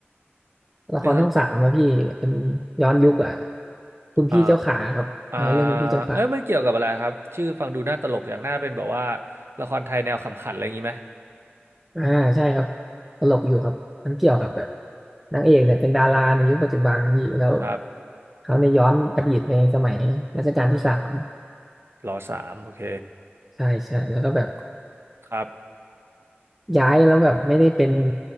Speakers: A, in the centre; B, on the right (about 70°).
A: ละครช่องสามอะพี่เป็น
B: เรื่องอะไร
A: ย้อนยุคอะคุณพี่เจ้าขาครับเออเรื่องคุณพี่เจ้าขา
B: อ่าอ่าเอ้ยมันเกี่ยวกับอะไรครับชื่อฟังดูน่าตลกอย่างน่าเป็นแบบว่าละครไทยแนวขำขันอะไรอย่างนี้ไหม
A: อ่าใช่ครับตลกอยู่ครับมันเกี่ยวกับแบบนางเอกเนี่ยเป็นดาราในยุคปัจจุบันครับพี่แล้ว
B: ครับ
A: เขาในยย้อนอดีตไปสมัยรัชกาลที่สาม
B: รอสามโอเค
A: ใช่ใช่แล้วก็แบบ
B: ครับ
A: ย้ายแล้วแบบไม่ได้เป็น